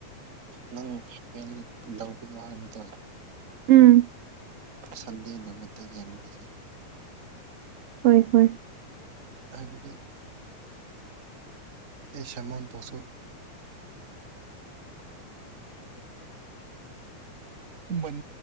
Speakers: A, on the right (about 40°); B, on the right (about 85°).
A: ꯅꯪ ꯍꯥꯏꯄꯦꯟ ꯂꯧꯕꯤꯌꯣ ꯍꯥꯏꯕꯗ
B: ꯎꯝ
A: ꯁꯟꯗꯦ ꯅꯨꯃꯤꯠꯇ ꯌꯦꯡꯕꯤꯒꯦ
B: ꯍꯣꯏ ꯍꯣꯏ
A: ꯑꯩꯒꯗꯤ ꯑꯩ ꯁꯦꯃꯣꯟ ꯄꯁꯨ
B: <unintelligible>
A: ꯃꯟ